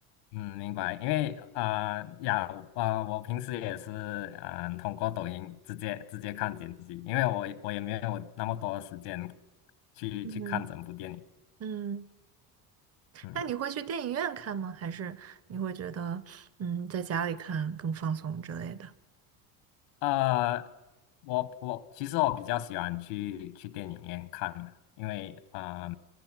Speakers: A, on the left; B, on the right.
A: 嗯，明白，因为啊、呃呀，我啊、呃我平时也是嗯、呃通过抖音直接直接看剪辑，因为我也我也没有那么多时间去去看整部电影。
B: 嗯嗯。
A: 嗯。
B: 那你会去电影院看吗？还是你会觉得，嗯，在家里看更放松之类的？
A: 呃，我我其实我比较喜欢去去电影院看，因为啊